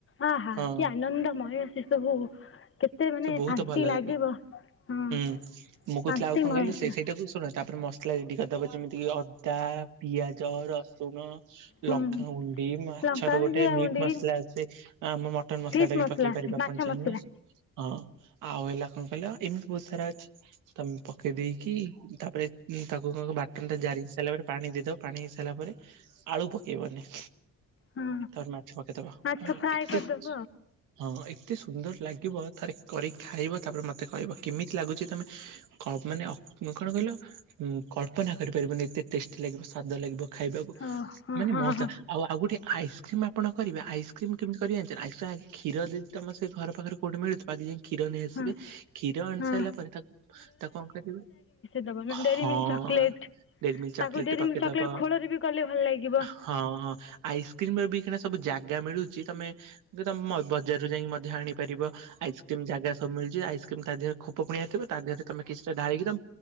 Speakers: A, on the left (about 45°); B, on the right (about 85°).
A: ଆ ହା
B: ହଁ
A: କି ଆନନ୍ଦମୟ ସେ ସବୁ କେତେ ମାନେ
B: ସେ ବହୁତ
A: ଶାନ୍ତି
B: ଭଲ
A: ଲାଗିବ
B: ଲାଗେ
A: ହଁ
B: ହୁଁ ମୁଁ କହୁଥିଲି
A: ଶାନ୍ତିମୟ
B: ଆଉ କଣ କହିଲୁ ସେଇ
A: ପୁରା
B: ସେଇଟାକୁ ଶୁଣଥିଲି। ତାପରେ ମସଲା ରେଡି କରିଦବ ଯେମିତି କି ଅଦା ପିଆଜ ରସୁଣ
A: ହୁଁ
B: ଲଙ୍କାାଗୁଣ୍ଡି ମାଛର
A: ଲଙ୍କା
B: ଗୋଟେ
A: ଜିରା
B: ମିଟ
A: ଗୁଣ୍ଡି
B: ମସଲା ଆସେ ଆମ ମଟନ ମସଲା
A: ଫିସ୍
B: ଟା ବି ପକେଇ ପାରିବେ
A: ମାଛ
B: ଆପଣ ଚାହିଁଲେ।
A: ମସଲା
B: ହଁ ଆଉ ହେଲା କଣ କହିଲ ଏମିତି ବହୁତ ସାରା ଅଛି ତମେ ପକେଇ ଦେଇେଇକି ତାପରେ ଉଁ ତାକୁ କଣ ବାଟନ ଟା ଜାରି ହେଇ ସାରିଲା ପରେ ପାଣି ଦେଇଦବ ପାଣି ହେଇସାରିଲା ପରେ ଆଳୁ ପକେଇବନି।
A: ହଁ
B: ତା ପରେ ମାଛ ପକେଇଦବ ମାନେ
A: ମାଛ ଫ୍ରାଏ
B: ଏତେ
A: କରିଦେବ
B: ହଁ ଏତେ ସୁନ୍ଦର ଲାଗିବ ଥରେ କରିକି ଖାଇବ ତାପରେ ମତେ କହିବ କେମିତି ଲାଗୁଛି ତମେ ମାନେ କଣ କହିଲ? ହଁ କଳ୍ପନା କରିପାରିବନି ଏତେ ଟେଷ୍ଟି ଲାଗିବ ସ୍ଵାଦ ଲାଗିବ ଖାଇବାକୁ
A: ଆଉ ହଁ
B: ମାନେ
A: ହଁ
B: ମଜା
A: ହଁ ହଁ
B: ଆଉ ଆଉ ଗୋଟେ ଆଇସ୍କ୍ରିମ୍ ଆପଣ କରିବେ ଏ ଆଇକ୍ରିମ୍ କେମତିି କରିବେ ଜାଣିଚ ନା ଆଇସ୍କ୍ରି ଖିର ଜଦି ତମ ସେ ଘର ପାଖରେ କଉଠୁ ମିଳୁ ଥି ପାକ ଯାଇ କ୍ଷୀର ନେଇଆସିବେ
A: ହଁ
B: କ୍ଷୀର ଆଣି
A: ହଁ
B: ସାରିଲା ପରେ ତାକୁ ତାକୁ କଣ କରିବେ
A: ଦବ
B: ହଁ
A: ଡେରି ମିଲ୍କ ଚକୋଲେଟ
B: ଡେରି ମିଲ୍କ ଚକୋଲେଟ
A: ତାକୁ ଡେରି
B: ପକେଇଦବ
A: ମ ଚୋଲେଟ ଖୋଳରେ ବି କଲେ ଭଲ ଲାଗିବ।
B: ହଁ ହଁ ଆଇସ୍କ୍ରିମ ର ବି କେ ସବୁ ଜାଗା ମିଳୁଛି ତମେ ତମେ ବଜାରରୁ ଯାଇକି ମଧ୍ୟ ଆଣିପାରିବ ଆ ଯେମିତି ଜାଗା ସବୁ ମିଳୁଛି ଆଇସ୍କ୍ରିମ ତା ଦେହରେ ଖୋପ ପୁଣିଆ ଥିବ ତା ଦେହରେ ତମେ କିଛିଟା ଢାଳିକି ତମ